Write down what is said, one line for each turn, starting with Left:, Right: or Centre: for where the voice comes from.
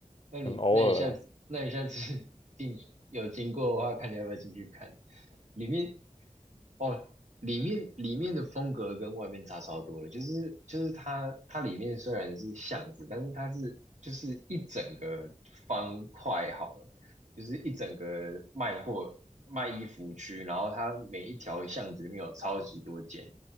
Right: 那你那你下次那你下次
Left: 很偶尔啦。
Right: <laughs> 进有经过的话，看你要不要进去看。里面哦，里面里面的风格跟外面差超多了，就是就是它它里面虽然是巷子，但是它是就是一整个方块好了，就是一整个卖货卖衣服区，然后它每一条巷子里面有超级多间，